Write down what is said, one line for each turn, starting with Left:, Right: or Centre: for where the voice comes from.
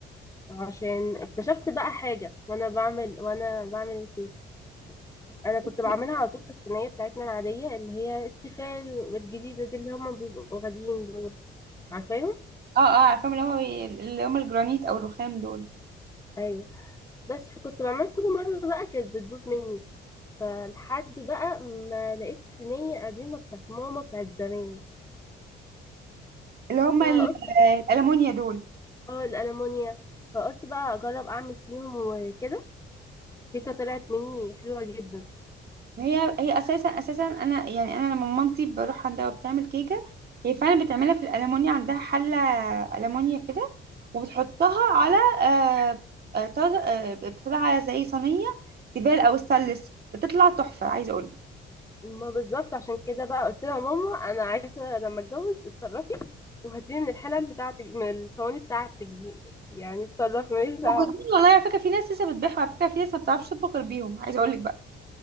Left: عشان اكتشفت بقى حاجة وانا بعمل وانا بعمل الكيكة انا كنت
Right: <laughs>
Left: بعملها على طول في الصينية بتاعتنا العادية اللي هي التيفال والجديدة دي اللي هما بيبقوا غاليين دول عارفاهم
Right: اه اه عارفاهم اللي هم اللي هم الجرانيت او الرخام دول
Left: ايوه بس فكنت بعمل كل مرة بقى كانت بتبوظ مني فلحد بقى ما لقيت صينية قديمة بتاعت ماما بتاعت زمان
Right: اللي هم
Left: فقلت
Right: ال- الالمونيا دول
Left: اه الألمونيا فقلت بقى اجرب اعمل فيهم وكده الكيكة طلعت مني حلوة جدا
Right: هي هي اساسا اساسا انا يعني انا لما مامتي بروح عندها وبتعمل كيكه هي فعلا بتعملها في الالمونيا عندها حله المونيا كده وبتحطها على آه، آه، طاز آه، بتحطها على زي صينيه تيفال او ستانلس بتطلع تحفه عايزه اقول لك
Left: ما بالظبط عشان كده بقى قلت لها ماما انا عايزه لما اتجوز اتصرفي وهاتيلي من الحلل بتاعتك من الصواني بتاعتك دي يعني اتصرفي ماليش دعوه
Right: موجودين والله على فكره في ناس لسه بتبيعها على فكره في ناس ما بتعرفش تطبخ غير بيهم عايزه اقول لك بقى